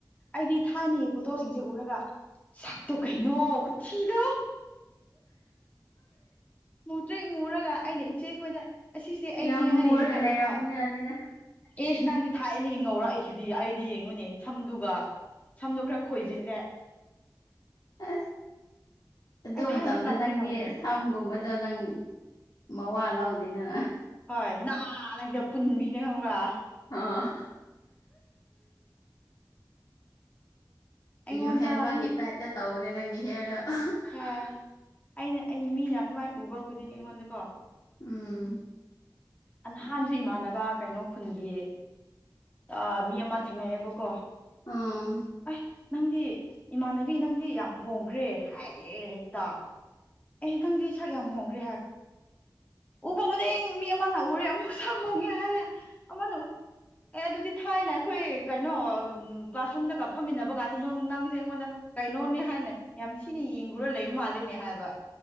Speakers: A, on the left (about 20°); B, on the left (about 60°).
A: ꯑꯩꯗꯤ ꯊꯥꯏꯅꯒꯤ ꯐꯣꯇꯣꯁꯤꯡꯁꯦ ꯎꯔꯒ ꯁꯛꯇꯣ ꯀꯩꯅꯣ ꯈꯨꯊꯤꯗꯣ ꯇ꯭ꯔꯤꯛ ꯃꯨꯔꯒ ꯑꯩꯅ ꯏꯆꯦꯈꯣꯏꯗ ꯑꯁꯤꯁꯦ ꯑꯩꯅꯦ
B: ꯌꯥꯝ ꯃꯨꯔꯒ
A: ꯍꯥꯢꯅ ꯌꯦꯡꯍꯜꯂꯦꯕ
B: ꯂꯩꯔꯝꯕꯅꯤꯅꯅꯤꯗ
A: ꯑꯦꯁ ꯅꯪꯗꯤ ꯊꯥꯏꯅꯗꯩ ꯉꯧꯔꯛꯢꯁꯤꯗꯤ ꯑꯩꯗꯤ ꯌꯦꯡꯉꯨꯅꯦ ꯁꯝꯗꯨꯒ ꯁꯝꯗꯣ ꯈꯔ ꯈꯣꯏꯖꯤꯜꯂꯦ
B: ꯑꯁ ꯑꯗꯨ
A: ꯑꯩ ꯊꯥꯏꯅꯗꯤ
B: ꯃꯇꯝꯗ
A: ꯀꯪꯗꯤ
B: ꯅꯪꯗꯤ
A: ꯀꯪꯉꯦ
B: ꯁꯝꯒꯨꯝꯕꯗꯣ ꯅꯪ ꯃꯋꯥ ꯂꯧꯗꯦꯅ
A: ꯍꯣꯏ ꯅꯥꯔꯒ ꯄꯨꯟꯕꯤꯅꯦ ꯈꯪꯕ꯭ꯔꯥ
B: ꯑꯥ
A: ꯑꯩꯉꯣꯟꯗ
B: ꯌꯨꯍꯦꯟꯕꯒꯤ
A: ꯃꯤ
B: ꯇꯥꯏꯞꯇ ꯇꯧꯕꯅꯦ ꯅꯪꯒꯤ ꯍꯦꯌꯥꯔꯗꯣ
A: ꯑ ꯑꯩꯅ ꯑꯩ ꯃꯤꯅ ꯑꯗꯨꯃꯥꯏꯅ ꯎꯕ ꯈꯨꯗꯤꯡꯒꯤ ꯑꯩꯉꯣꯟꯗꯀꯣ
B: ꯎꯝ
A: ꯅꯍꯥꯟꯁꯨ ꯏꯃꯥꯟꯅꯕ ꯀꯩꯅꯣ ꯈꯨꯟꯒꯤ ꯑꯥ ꯃꯤ ꯑꯃ ꯊꯦꯡꯅꯩꯌꯦꯕꯀꯣ
B: ꯑꯥ
A: ꯑꯦ ꯅꯪꯗꯤ ꯏꯃꯥꯟꯅꯕꯤ ꯅꯪꯗꯤ ꯌꯥꯝ ꯍꯣꯡꯈ꯭ꯔꯦ ꯍꯥꯏꯌꯦ ꯍꯦꯛꯇ ꯑꯩꯗꯤ ꯈꯪꯗꯦ ꯁꯛ ꯌꯥꯝ ꯍꯣꯡꯈ꯭ꯔꯦ ꯍꯥꯏ ꯎꯕ ꯈꯨꯗꯤꯡ ꯃꯤ ꯑꯃꯅ ꯎꯔꯦ ꯑꯃꯨꯛ ꯁꯝ ꯐꯪꯉꯦ ꯍꯥꯢꯔꯛ ꯑꯃꯅ ꯎꯔꯦ ꯑꯦ ꯑꯗꯨꯗꯤ ꯊꯥꯏꯅ ꯑꯩꯈꯣꯏ ꯀꯩꯅꯣ ꯀ꯭ꯂꯥꯁꯔꯨꯝꯗ ꯀꯥ ꯐꯝꯃꯤꯟꯅꯕ ꯀꯥꯟꯁꯤ ꯅꯪꯁꯦ ꯑꯩꯉꯣꯟꯗ ꯀꯩꯅꯣꯅꯦ ꯍꯥꯏꯅ ꯌꯥꯝ ꯊꯤꯅ ꯌꯦꯡꯉꯨꯔ ꯂꯩꯕ ꯃꯥꯜꯂꯦꯅꯦ ꯍꯥꯏꯕ